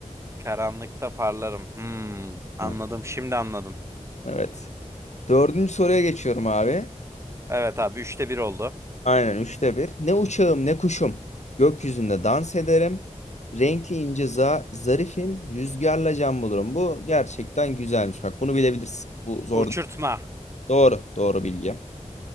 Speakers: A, on the right; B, on the left.
A: Karanlıkta parlarım. Hmm, anladım.
B: Heh,
A: Şimdi anladım.
B: Evet. Dördüncü soruya geçiyorum abi.
A: Evet abi üçte bir oldu.
B: Aynen üçte bir. Ne uçağım ne kuşum. Gökyüzünde dans ederim. Renkli ince za zarifim. Rüzgarla can bulurum. Bu gerçekten güzelmiş. Bak bunu bilebilirsin. Bu zor.
A: Uçurtma.
B: değil. Doğru. Doğru bilgi.